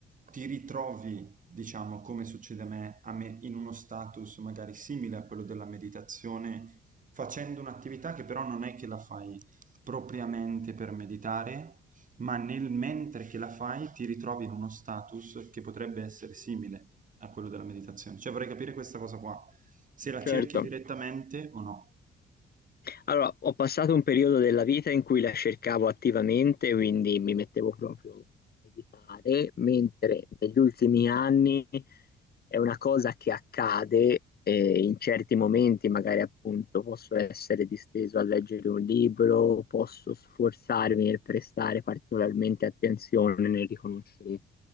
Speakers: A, on the right; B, on the left.
A: ti ritrovi diciamo, come succede a me, a me in uno status magari simile a quello della meditazione, facendo un'attività che però non è che la fai propriamente per meditare, ma nel mentre che la fai ti ritrovi in uno status che potrebbe essere simile a quello della meditazione. Cioè vorrei capire questa cosa qua, se la
B: Certo.
A: cerchi direttamente o no.
B: Allora, ho passato un periodo della vita in cui la cercavo attivamente, quindi mi mettevo proprio a meditare, mentre negli ultimi anni è una cosa che accade eh, in certi momenti, magari appunto posso essere disteso a leggere un libro, posso sforzarmi nel prestare particolarmente attenzione nel riconoscere